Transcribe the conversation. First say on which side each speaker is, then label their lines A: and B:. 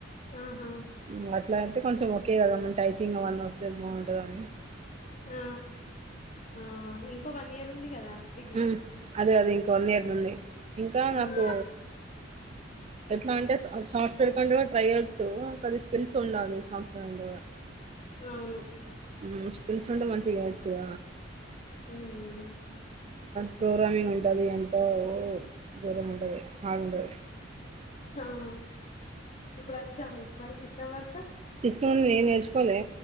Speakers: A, on the left; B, on the right.
A: ఆహా
B: మ్మ్ అట్లా అయితే కొంచెం ఒక కదమ్మ టైపింగ్ అవన్న వస్తే బాంటదని
A: ఆ ఆ ఇంకో వన్ ఇయర్ ఉంది కదా డిగ్రీ
B: మ్మ్ అదే అది ఇంక వన్ ఇయర్ నుడి ఇంకా నాకు
A: ఉమ్
B: ఎట్లా అంటే సాఫ్ట్వేర్ కంటూ కూడా ట్రై చేస్ తు అది స్కిల్స్ ఉండాలి సాఫ్ట్వేర్ లో కూడా
A: అవును
B: మ్మ్ స్కిల్స్ ఉంటే మంచిగా చ
A: మ్మ్
B: ప్రోగ్రామింగ్ ఉంటుంది ఎంతో దూరం ఉంటది ఆడు ఉంటది
A: ఆఆ ఇప్పుడు వచ్చా మీకు మరి సిస్టమ్ వర్క్
B: సిస్టమ్ నుండి నేర్చుకోవాలి